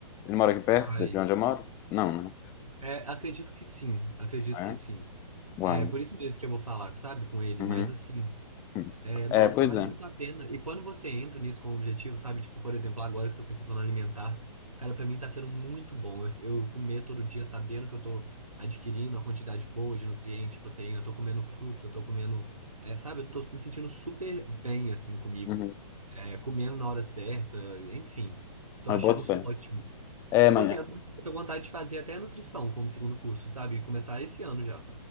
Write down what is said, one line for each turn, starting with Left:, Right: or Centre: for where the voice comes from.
Left: Ele mora aqui perto
Right: Ai.
Left: de onde eu moro? Não, né?
Right: É, acredito que sim, acredito
Left: É?
Right: que sim.
Left: Uai.
Right: É por isso mesmo que eu vou falar, sabe, com ele,
Left: Uhum.
Right: mas assim,
Left: hum.
Right: é, nossa,
Left: É, pois
Right: vale
Left: é.
Right: muito a pena. E quando você entra nisso como objetivo, sabe, tipo, por exemplo, agora que eu tô com esse plano alimentar, cara, pra mim tá sendo muito bom. Eu, eu comer todo dia sabendo que eu tô adquirindo a quantidade boa de nutriente, proteína, eu tô comendo fruta, eu tô comendo, é, sabe, eu tô me sentindo super bem, assim, comigo.
Left: Uhum.
Right: é, comendo na hora certa, enfim. Tô
Left: Eu
Right: achando
Left: boto
Right: isso
Left: fé.
Right: ótimo.
Left: É,
Right: Tipo
Left: mas...
Right: assim, eu tô, eu tô com vontade de fazer até nutrição como segundo curso, sabe? Começar esse ano já.